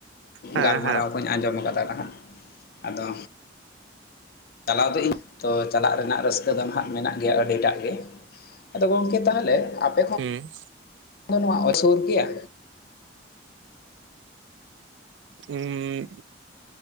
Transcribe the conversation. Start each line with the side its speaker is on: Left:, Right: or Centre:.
Right: ᱦᱮᱸ
Left: ᱜᱟᱞᱢᱟᱨᱟᱣ ᱠᱚᱧ ᱟᱸᱡᱚᱢ ᱠᱟᱫᱟ ᱱᱟᱦᱟᱜ ᱟᱫᱚ ᱪᱟᱞᱟᱣ ᱫᱚ ᱤᱧ ᱛᱚ ᱪᱟᱞᱟᱜ ᱨᱮᱱᱟᱜ ᱨᱟᱹᱥᱠᱟᱹ ᱫᱚ ᱦᱟᱜ ᱢᱮᱱᱟᱜ ᱜᱮᱭᱟ ᱟᱹᱰᱤᱴᱟᱜ ᱜᱮ ᱾ ᱟᱫᱚ ᱜᱚᱝᱠᱮ ᱛᱟᱦᱚᱞᱮ ᱟᱯᱮ <inaudible>
Right: ᱦᱩᱸ
Left: <unintelligible> ᱱᱚᱣᱟ ᱟᱥᱳᱨ ᱜᱮᱭᱟ
Right: ᱩᱸᱻ